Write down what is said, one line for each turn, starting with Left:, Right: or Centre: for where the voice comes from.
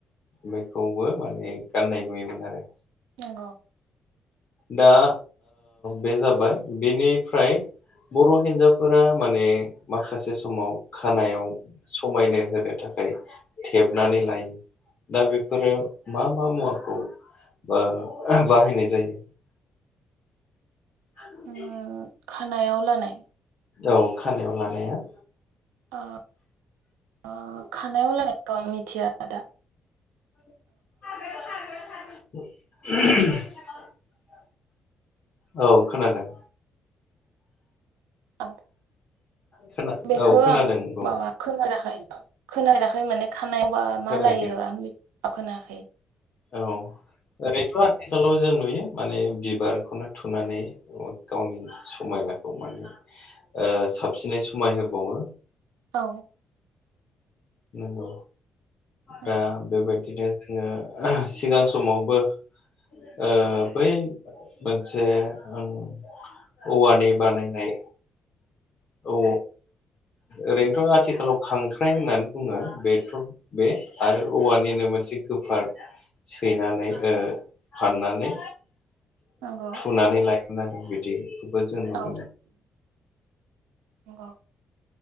Left: बेखौबो माने गाननाय नुयोमोन आरो।
Right: नंगौ।
Left: दा बे ओ जाबाय बेनिफ्राय बर' हिनजावफोरा माने माखासे समाव खानायाव समायनो होनो थाखाय थेबनानै लायो दा बेफोरो मा मा मुवाखौ ओ बाहायनाय जायो। <inaudible>
Right: उम खानायाव लानाय।
Left: औ खानायाव लानाया।
Right: आ। आ खानायाव लानाय। <unintelligible> मिथिया आदा।
Left: <inaudible> औ खोनादों।
Right: औ।
Left: खोना
Right: बेखौ
Left: औ खोनादों
Right: आं
Left: बुं
Right: माबा खोनाराखै। खोनाराखै माने खानायाव। बा मा
Left: खोनायाखै
Right: लायो आं बे औ खोनायाखै।
Left: औ ओरैथ' आथिखालाव जों नुयो माने बिबारखौनो थुनानै गावनि समायनाखौ माने ओ साबसिनै समाय होबावो।
Right: औ।
Left: नंगौ।
Right: नंगौ
Left: दा बेबाय‌। बिदिनो जोङो सिगां समावबो ओ बै मोनसे ओं औवानि बानायनाय। औ ओरैनोथ' आथिखालाव खांख्राइ होननानै बुङो बेथ' बे आरो औवानिनो मोनसे गोफार सैनानै फाननानै।
Right: नंगौ
Left: थुनानै लायगोन आरो बिदि दे। ब मोन
Right: औ नंगौ